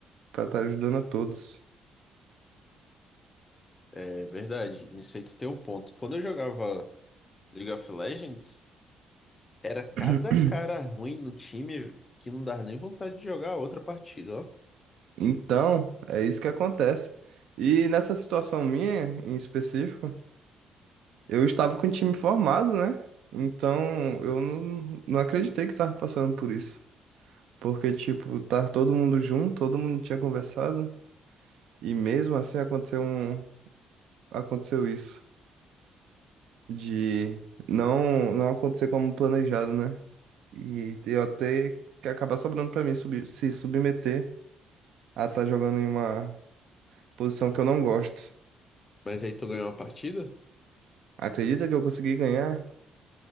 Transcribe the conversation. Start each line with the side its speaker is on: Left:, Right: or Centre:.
Right: pra estar ajudando a todos.
Left: É verdade, nisso aí tu tem um ponto. Quando eu jogava League of Legends, era cada
Right: <clears throat>
Left: cara ruim no time que não dava nem vontade de jogar outra partida, ó.
Right: Então, é isso que acontece. E nessa situação minha, em específico, eu estava com o time formado, né? Então, eu não, não acreditei que estava passando por isso. Porque, tipo, tá todo mundo junto, todo mundo tinha conversado, e mesmo assim aconteceu um, aconteceu isso, de não não acontecer como planejado, né? E eu até que acabar sobrando pra mim subi- se submeter a estar jogando em uma posição que eu não gosto.
Left: Mas aí tu ganhou uma partida?
Right: Acredita que eu consegui ganhar,